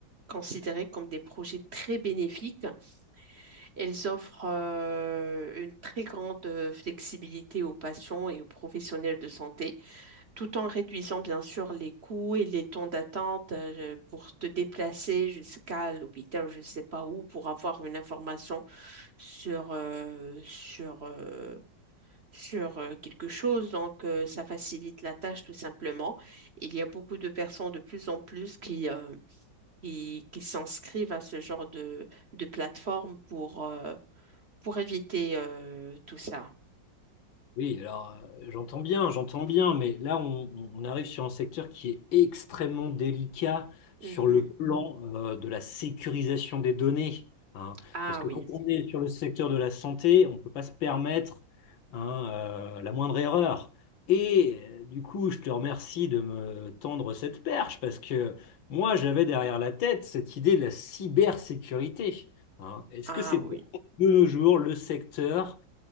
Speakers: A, on the right; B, on the left.
A: considérées comme des projets très bénéfiques elles offrent euh, une très grande euh, flexibilité aux patients et aux professionnels de santé, tout en réduisant bien sûr les coûts et les temps d'attente euh, pour te déplacer jusqu'à l'hôpital, je ne sais pas où, pour avoir une information sur, euh, sur, euh, sur euh, quelque chose. Donc, euh, ça facilite la tâche tout simplement. Il y a beaucoup de personnes de plus en plus qui, euh, qui, qui s'inscrivent à ce genre de, de plateforme pour, euh, pour éviter euh, tout ça.
B: Oui, alors euh, j'entends bien, j'entends bien, mais là on, on- arrive sur un secteur qui est extrêmement délicat sur
A: Mhm.
B: le plan euh, de la sécurisation des données. hein.
A: Ah
B: Parce que
A: oui,
B: quand on est sur le secteur de la santé, on ne peut pas se permettre hein, euh, la moindre erreur. Et euh, du coup, je te remercie de me tendre cette perche, parce que moi j'avais derrière la tête cette idée de la cybersécurité. hein. Est-ce
A: ah
B: que c'est
A: oui.
B: pas de nos jours le secteur